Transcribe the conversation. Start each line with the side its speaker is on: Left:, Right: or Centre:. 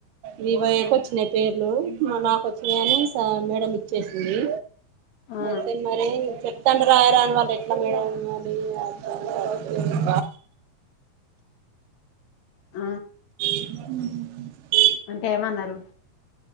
Right: వి వయకు వచ్చినయి పేర్లు నాకు ఒచ్చినాయి అనీ మేడం ఇచ్చేసింది
Left: ఆ
Right: ఐతే మరి చుప్ తండరాయారని వాళ్ళు ఎట్లా మేడం అర్ధం కావట్లేడు
Left: అ
Right: మ్మ్
Left: అంటే ఎం అన్నారు